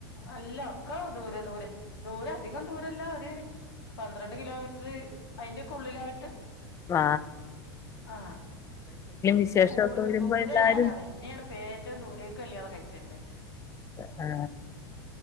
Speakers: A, on the left; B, on the left.
A: അല്ല ഒക്ക ദൂരെ ദൂരെ ദൂരെ അധികം ദൂരെ ല്ല പന്ത്രണ്ട് കിലോമീറ്റർ അതിന്റെ കൊള്ളിലായിട്ട്
B: ആ...
A: ആ പിന്നെ
B: വിശേഷമൊക്കെ
A: കൂടുതൽ
B: വരുമ്പോ
A: ദൂരെ
B: എല്ലാരും
A: ഞാനാണ് ഇന്നെയാണ് ഏറ്റവും ദൂരേക്ക കല്യാണം കഴിച്ചന്നേ
B: ആ